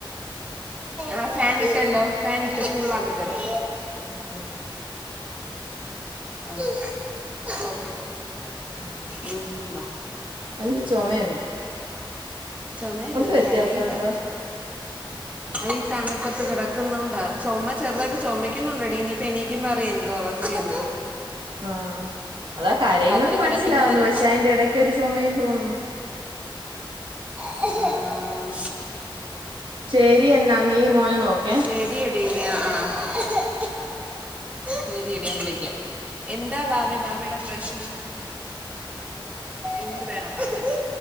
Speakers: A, on the right; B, on the right.
A: ആഹ് ഫാൻ ഇട്ടല്ലോ, ഫാൻ ഇട്ട് ഫുൾ ആക്കിത്തരാം
B: ഉ
A: ആഹ് ഓക്കെ
B: <inaudible>
A: ഉം ബ
B: ആ എന്ത് ചൊമേ
A: ചൊമയല്ലത്
B: വ്യത്യാസമുണ്ടോ
A: കരയുവാ അതീ തണുപ്പത്ത് കിടക്കുന്നോണ്ടാ ചുമ ചെറുതായിട്ട് ചുമക്കുന്നുണ്ടോടീ നി പ എണിക്കുമ്പറിയ എന്തോ അവസ്ഥേന്ന്
B: ആഹ അതാ കരയുന്നത്
A: രാത്രി കിടക്കുന്നവര്
B: മനസ്സിലാവുന്നു പക്ഷേ അയിൻ്റെ ടയ്ക്കൊരു ചൊമയും തോന്നുന്നു
A: ആഹ്
B: ശരി എന്നാ നീ മോനെ നോക്കേ
A: ശരി രിടി ആഹ് അഹ് ശരി എടി ഞാൻ വിളക്ക എന്താ വാവേ വാവേടെ പ്രശ്നം എന്തുവേണം വാവക്ക്